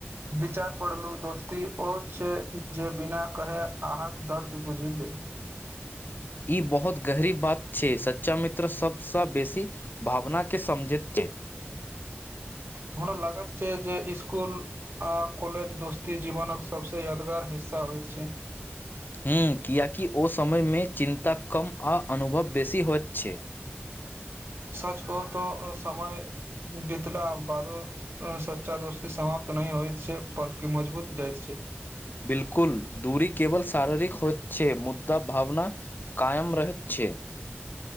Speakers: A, on the right; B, on the left.
A: विचार पढ़लहु दोस्ती ओ छै जे बिना कहे अहक दर्द बुझि ले।
B: ई बहुत गहरी बात छै सच्चा मित्र सभसँ बेसी भावना के समझैत छै।
A: हमरा लागत छै जे इस्कुल आ कॉलेज दोस्ती जीवनक सभसँ यादगार हिस्सा होइत छै।
B: हूँ किियकि ओ समयमे चिन्ता कम आ अनुभव बेसी होइत छै।
A: सच कह त समय बीतला बादो सच्चा दोस्ती समाप्त नहिह होइत छै बल्कि मजबूत जाइतत छै।
B: बिलकुल दूरी केवल शारीरिक हो छै मुद्दा भावना कायम रह छै।